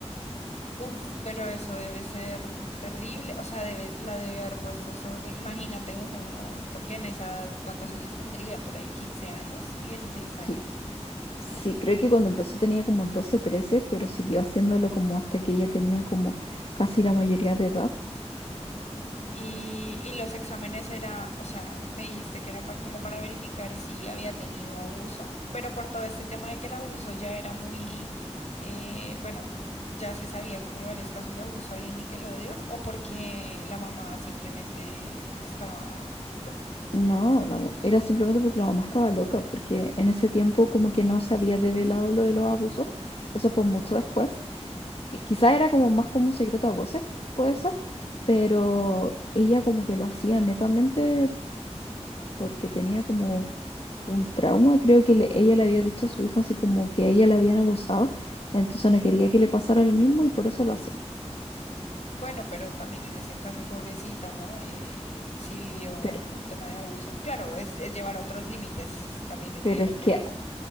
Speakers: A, on the left; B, on the left.
A: Uf, pero eso debe ser terrible, o sea, debe, la debe haber puesto sobre, imagínate uno, porque en esa edad, ¿cuántos años tendría? Por ahí 15 años, 16 años.
B: Cl- Sí, creo que cuando empezó tenía como 12 13 pero siguió haciéndolo como hasta que ella tenía como casi la mayoría de edad.
A: Y, y los exámenes era, o sea, me dijiste que era pa- como para verificar si había tenido abuso, pero por todo este tema de que el abuso ya era muy, eh, bueno, ya se sabía como de varios casos de abuso ahí en Nickelodeon, o porque la mamá simplemente estaba loca.
B: No, la mo- era simplemente porque la mamá estaba loca, porque en ese tiempo como que no se había develado lo de los abusos, eso fue mucho después. Y Quizá era como más como un secreto a voces, puede ser, pero ella como que lo hacía netamente porque tenía como un trauma, creo que le- ella le había dicho a su hijo así como que a ella le habían abusado, entonces no quería que le pasara lo mismo y por eso lo hacía.
A: Bueno, pero también en ese caso, pobrecita, ¿no? Eh, sí vivió
B: Pero,
A: un tema de abuso. Claro, es, es llevar a otros límites. Es- También entiendo
B: pero es que
A: que